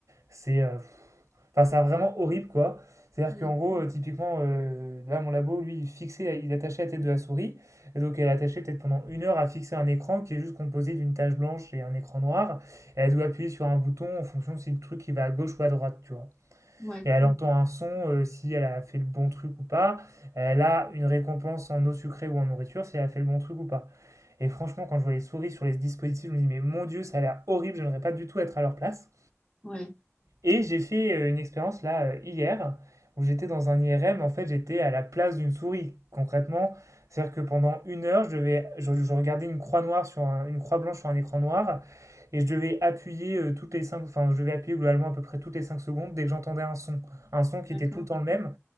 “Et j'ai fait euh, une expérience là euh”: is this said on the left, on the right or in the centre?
Right